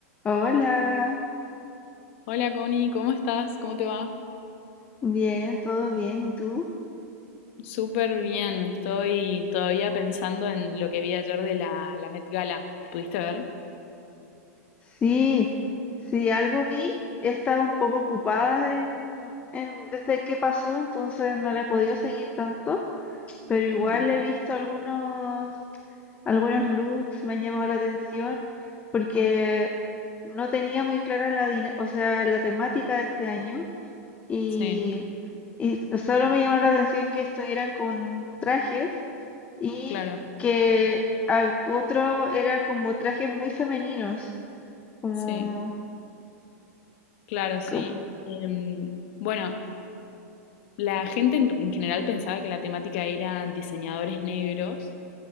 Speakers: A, on the left; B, on the left.
A: Hola,
B: Hola Connie, ¿cómo estás? ¿Cómo te va?
A: bien, todo bien, ¿y tú?
B: Súper bien, estoy todavía pensando en lo que vi ayer de la, la Met Gala. ¿Pudiste ver?
A: Sí, sí, algo vi, he estado un poco ocupada en, en- desde que pasó, entonces no la he podido seguir tanto, pero igual
B: Ajá.
A: he visto algunos, algunos looks, me han llamado la atención, porque no tenía muy clara la, dina- o sea, la temática de este año, y,
B: Sí,
A: y solo me llamó la atención que estuvieran con trajes y
B: claro,
A: que hab- otro era como trajes muy femeninos, como,
B: sí, claro, sí.
A: co-
B: Em, bueno, la gente en, en general pensaba que la temática era diseñadores negros,